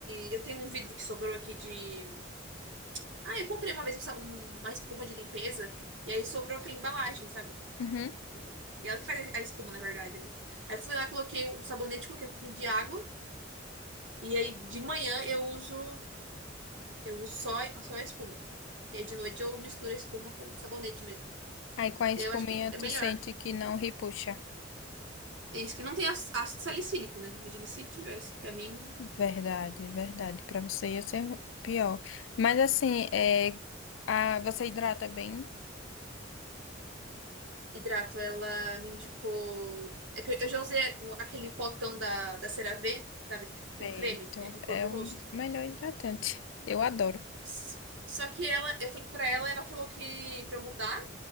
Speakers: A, on the right; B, on the left.
A: e eu tenho um vidro que sobrou aqui de. Ah, eu comprei uma vez um sa- um- uma espuma de limpeza e aí sobrou aquela embalagem, sabe?
B: Uhum.
A: E, e ela que faz a espuma, na verdade, né? Aí eu fui lá, coloquei um sabonete, coloquei um pouquinho de água. E aí de manhã eu uso, eu uso só, só a espuma. E aí de noite eu misturo a espuma com sabonete mesmo.
B: Aí com a espuminha
A: E aí eu acho que
B: tu
A: é melhor.
B: sente que não repuxa.
A: É isso que não tem ácido salicílico, né? Imagina se tivesse. Pra mim,
B: Verdade, verdade. Pra você ia ser pior. Mas assim, é, a, você hidrata bem
A: hidrato, ela me indicou. É que eu já usei o- aquele potão da, da CeraVe, sabe? Que
B: feito.
A: é um creme, que é de corpo
B: É
A: e
B: o
A: rosto.
B: melhor hidratante. Eu adoro.
A: S- Só que ela, eu falei pra ela, ela falou que pra eu mudar,